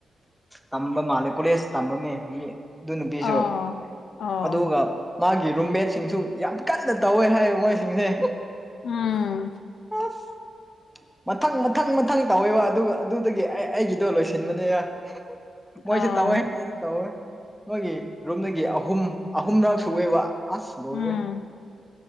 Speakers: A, in the centre; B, on the left.
A: ꯇꯝꯕ ꯃꯥꯜꯂꯦ ꯀꯣꯂꯦꯖ ꯇꯃꯥꯝꯃꯦ ꯃꯤ ꯑꯗꯨ ꯅꯨꯄꯤꯁꯨ
B: ꯑꯣ ꯑꯣ
A: ꯑꯗꯨꯒ ꯃꯥꯒꯤ ꯔꯨꯝꯃꯦꯠꯁꯤꯡꯁꯨ ꯌꯥꯝ ꯀꯟꯅ ꯇꯧꯋꯦ ꯍꯥꯏ ꯃꯣꯏꯁꯤꯡꯁꯦ
B: ꯎꯝ
A: <unintelligible> ꯃꯊꯪ ꯃꯊꯪ ꯃꯊꯪ ꯇꯧꯋꯦꯕ ꯑꯗꯨꯒ ꯑꯗꯨꯗꯒꯤ ꯑꯩ ꯑꯩꯒꯤꯗꯣ ꯂꯣꯏꯁꯤꯟꯕꯅꯦꯔ ꯃꯣꯏꯁꯦ
B: ꯑꯣ
A: ꯇꯧꯋꯦ ꯑꯩꯅ ꯇꯧꯋꯦ ꯃꯣꯏꯒꯤ ꯔꯨꯝꯗꯒꯤ ꯑꯍꯨꯝ ꯑꯍꯨꯝꯔꯛ ꯁꯨꯑꯦꯕ ꯑꯁ ꯂꯣꯏꯔꯦ
B: ꯎꯝ